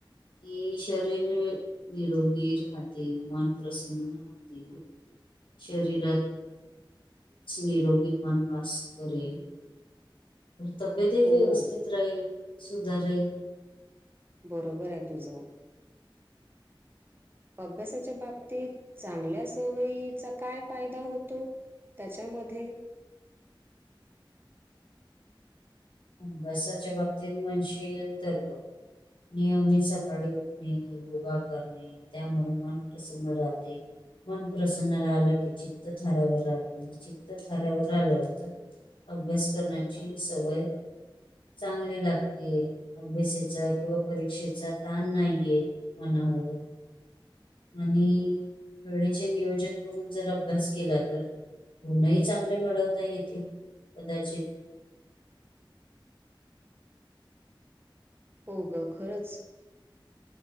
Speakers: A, on the left (about 85°); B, on the right (about 25°).
A: हे शरीर निरोगी राहते मन प्रसन्न राहते. ते शरीरातच निरोगी मन वास करेल. तब्येतही
B: हो
A: व्यवस्थित राहील सुधारेल.
B: बरोबर आहे तुझं. अभ्यासाच्या बाबतीत चांगल्या सवयीचा काय फायदा होतो? त्यांच्यामध्ये.
A: अभ्यासाच्या बाबतीत म्हनश येईल तर बघ. नियमित सकाळी उठणे योगा करणे. त्यामुळे मन प्रसन्न राहते. मन प्रसन्न राहलं की चित्त थाऱ्यावर राहतय. म चित्त थाऱ्यावर राहल तर अभ्यास करण्याची सवय चांगली लागते, अभ्यासाचा किंवा परीक्षेचा ताण नाही येत. मनावर. आणि, वेळेचे नियोजन करून जर अभ्यास केला. तर गुनही चांगले मिळवता येतील कदाचित.
B: हो ग खरंच.